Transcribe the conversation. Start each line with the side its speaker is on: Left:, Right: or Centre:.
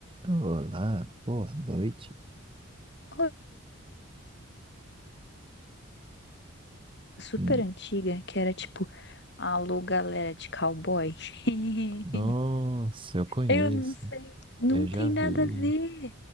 Right: Olá, boa noite.
Left: Ro- super
Right: Hum,
Left: antiga, que era tipo, alô, galera de cowboy. <laughs>
Right: Nossa, eu conheço.
Left: Eu não sei, não
Right: Eu
Left: tem
Right: já vi.
Left: nada a ver.